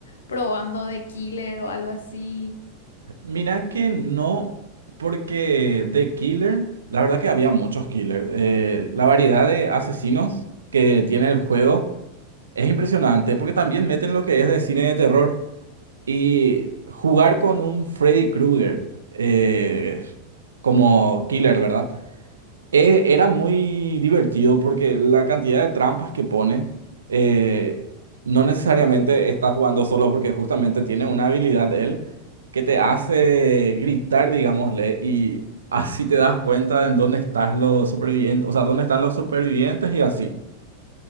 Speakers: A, on the left; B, on the right.
A: probando de killer o algo así.
B: Mira que no, porque de Killer, la verdad que había muchos Killer. Eh, la variedad de asesinos que tiene el juego es impresionante, porque también meten lo que es de cine de terror y jugar con un Freddy Krueger eh, como Killer, ¿verdad? eh, era muy divertido porque la cantidad de trampas que pone eh, no necesariamente está jugando solo porque justamente tiene una habilidad él que te hace gritar, digámosle, y así te das cuenta de en dónde están los supervivientes, o sea, dónde están los supervivientes y así.